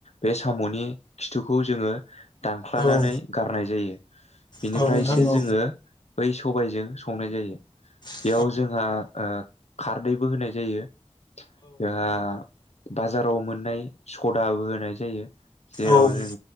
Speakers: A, on the left (about 80°); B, on the left (about 40°).
A: बे साम'नि खिथुखौ खौ जोङो दानख्लनानै
B: औ
A: गारनाय जायो। बिनिफ्रायसो
B: औ नोंथां औ
A: जोङो बै सबायजों संनाय जायो।
B: औ
A: बेयाव जोंहा खारदैबो होनाय जायो जोंहा बाजाराव मोननाय सदाबो होनाय जायो जेराव
B: औ औ
A: जों